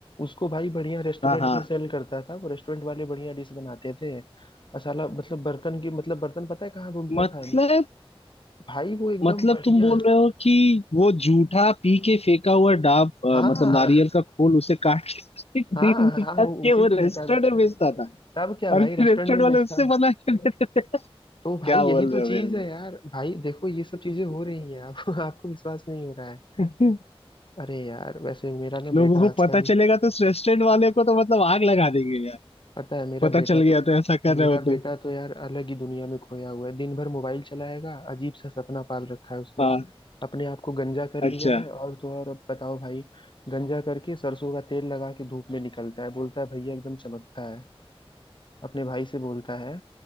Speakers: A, on the left; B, on the left.
A: उसको भाई बढ़िया रेस्टोरेंट
B: हाँ हाँ
A: में सेल करता था वो रेस्टोरेंट वाले बढ़िया डिश बनाते थे और साला मतलब बर्तन की मतलब बर्तन पता है कहाँ धुलता
B: मतलब
A: था भाई वो एकदम
B: मतलब
A: बढ़िया
B: तुम बोल रहे हो कि वो जूठा पी के फेंका हुआ डाब अ,
A: हाँ
B: मतलब नारियल का खोल उसे काट के उसे क्रीम
A: हाँ
B: निकाल
A: हाँ वो
B: के
A: उसी
B: वो
A: को
B: रेस्टोरेंट
A: देता था
B: में बेचता था
A: तब क्या भाई
B: और फिर
A: रेस्टोरेंट
B: रेस्टोरेंट
A: में
B: वाले
A: बेचता
B: उससे
A: था
B: बना के देते
A: तो भाई
B: क्या
A: यही
B: बोल
A: तो
B: रहे
A: चीज
B: हो मेरे
A: है यार भाई देखो ये सब चीजें हो रही हैं आप <laughs> आपको विश्वास नहीं हो रहा है
B: को?
A: अरे यार वैसे मेरा
B: <laughs>
A: ना
B: लोगों
A: बेटा
B: को
A: आजकल
B: पता चलेगा तो उस रेस्टोरेंट वाले को तो मतलब आग लगा देंगे यार
A: पता है मेरा
B: पता
A: बेटा
B: चल गया
A: तो
B: तो ऐसा कर
A: मेरा
B: रहे हो तो
A: बेटा तो यार अलग ही दुनिया में खोया हुआ है दिन भर मोबाइल चलाएगा अजीब सा सपना पाल रखा है उसने
B: हाँ
A: अपने आप को गंजा कर लिया
B: अच्छा
A: है और तो और अब बताओ भाई गंजा करके सरसों का तेल लगा के धूप में निकलता है बोलता है भैया एकदम चमकता है अपने भाई से बोलता है